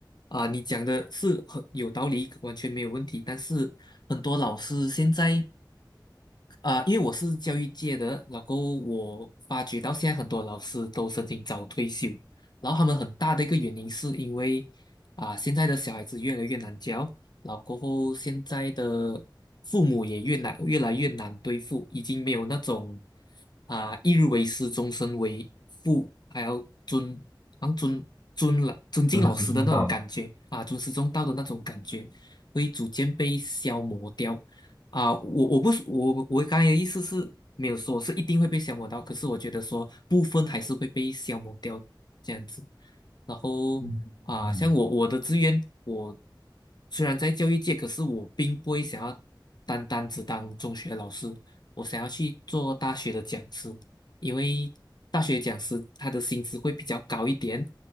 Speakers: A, on the left (about 60°); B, on the left (about 80°).
A: 啊，你讲的是很有道理，完全没有问题。但是很多老师现在啊、因为我是教育界的，然后我发觉到现在很多老师都申请早退休，然后他们很大的一个原因是因为啊、现在的小孩子越来越难教，然后过后现在的父母也越来越来越难对付，已经没有那种啊、一日为师，终身为父，还要尊，啊，尊尊老尊敬老师的那种感觉啊，
B: 尊师重到
A: 尊师重道的那种感觉，会逐渐被消磨掉。啊，我我不是我我刚才的意思是没有说是一定会被消磨到，可是我觉得说部分还是会被消磨掉这样子。然后啊，
B: 嗯嗯
A: 像我我的志愿，我虽然在教育界，可是我并不会想要单单只当中学老师，我想要去做大学的讲师，因为大学讲师他的薪资会比较高一点，